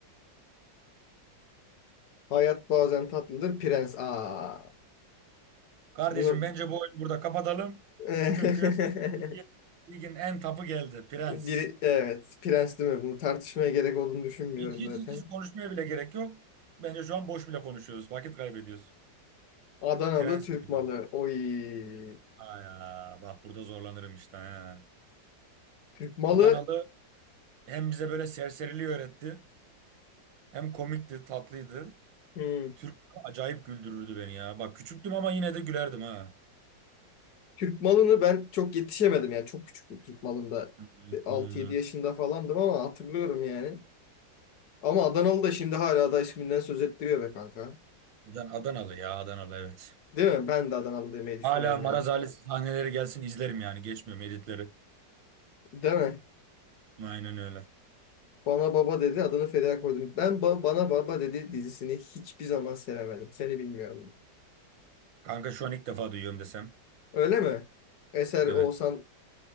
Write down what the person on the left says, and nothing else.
Hayat bazen tatlıdır prens. Aa
bunu
<laughs>
biri evet prens değil mi? Bunu tartışmaya gerek olduğunu düşünmüyorum
zaten.
Adanalı
Türk
malı. Oy.
Türk malı
Hmm.
Türk malını ben çok yetişemedim yani çok küçüktüm Türk malında
6-7
yaşında falandım ama hatırlıyorum yani. Ama Adanalı da şimdi hala da isminden söz ettiriyor be kanka.
Değil mi? Ben de Adanalı demeyi düşünüyorum
yani.
Değil mi?
Bana baba dedi adını Feriha koydum. Ben ba- bana baba dedi dizisini hiçbir zaman sevemedim. Seni bilmiyorum.
Öyle mi? Eser
Oğuzhan